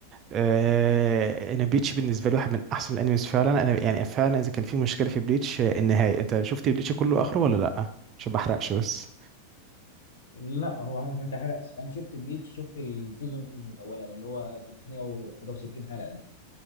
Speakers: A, on the right; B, on the left.
A: آه انا بليتش بالنسبة لي واحد من احسن الانميز فعلا انا يعني فعلا اذا كان في مشكلة في بليتش آه، النهاية انت شفت بليتش كله اخره ولا لا عشان ما احرقش بس
B: لا هو ما تحرقش انا شفت بليتش شفت السيزون الاولاني اللي هو 300 وحاجه و60 حلقه ده